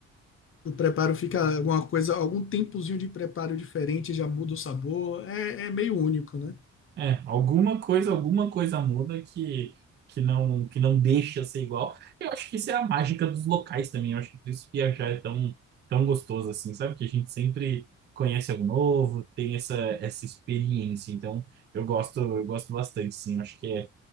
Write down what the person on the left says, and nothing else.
O preparo fica alguma coisa, algum tempozinho de preparo diferente, já muda o sabor, é, é meio único, né?